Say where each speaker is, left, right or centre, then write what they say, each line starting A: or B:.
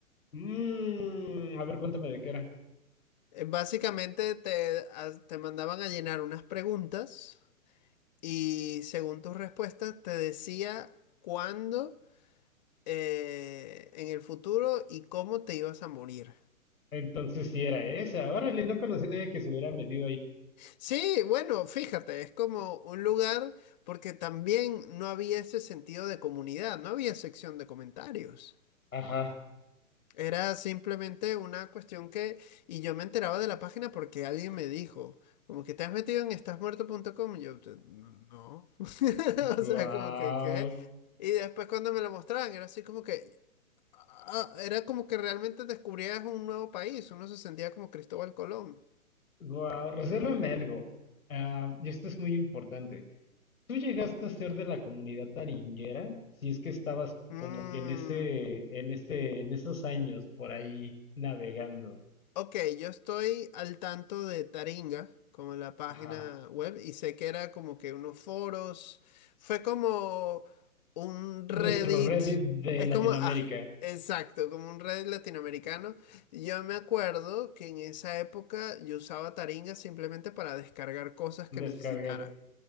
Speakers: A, on the left; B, on the left.
A: Mm, a ver, cuéntame de qué era.
B: Eh, Básicamente te, a- te mandaban a llenar unas preguntas y según tus respuestas te decía cuándo eh, en el futuro y cómo te ibas a morir.
A: Entonces sí era esa. Órale, no conocí a nadie que se hubiera metido ahí.
B: Sí, bueno, fíjate, es como un lugar porque también no había ese sentido de comunidad, no había sección de comentarios.
A: Ajá.
B: Era simplemente una cuestión que, y yo me enteraba de la página porque alguien me dijo, como que te has metido en estasmuerto.com, y yo, "Te- no, <laughs>
A: Guau.
B: o sea, como que, ¿qué? Y después cuando me lo mostraban, era así como que, ah, era como que realmente descubrías un nuevo país, uno se sentía como Cristóbal Colón.
A: Guau. Resérvame algo. Ah, y esto es muy importante. ¿Tú llegaste a ser de la comunidad taringuera? Si es que estabas
B: Mm.
A: como que en ese, en ese, en esos años por ahí navegando.
B: Ok, yo estoy al tanto de Taringa, como la página
A: Ajá.
B: web, y sé que era como que unos foros, fue como un
A: Nuestro
B: Reddit,
A: Reddit de
B: es
A: Latinoamérica.
B: como, ah, exacto, como un Reddit latinoamericano. Yo me acuerdo que en esa época yo usaba Taringa simplemente para descargar cosas
A: Descarga
B: que necesitara.